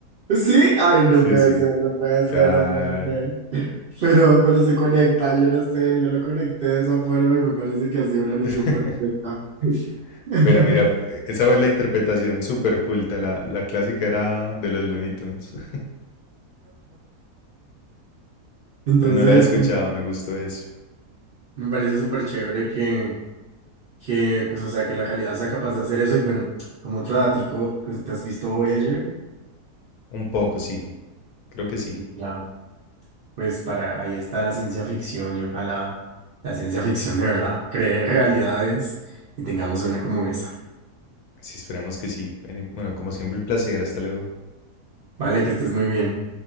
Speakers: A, on the right; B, on the left.
A: Sí, ay, no
B: Sí,
A: puede
B: sí,
A: ser, no puede ser,
B: claro.
A: no puede ser. Pero, pero se conecta, yo no sé, yo lo conecté de esa forma y me parece que hacía una alusión
B: <laughs>
A: perfecta. <laughs>
B: Bueno, mira, e, esa fue la interpretación súper culta. La, la clásica era de los Looney Tunes. <laughs>
A: Entonces,
B: Pero no la he escuchado,
A: bueno,
B: me gustó eso.
A: Me parece súper chévere que, que, pues, o sea, que la realidad sea capaz de hacer eso. Y bueno, como otro datico, pues, ¿te has visto hoy ayer?
B: Un poco, sí. Creo que sí.
A: Ya. pues para ahí está la ciencia ficción y ojalá la ciencia ficción de verdad cree realidades y tengamos una como esa.
B: Sí, esperamos que sí. Bueno, y- bueno, como siempre, un placer. Hasta luego.
A: Vale, que estés muy bien.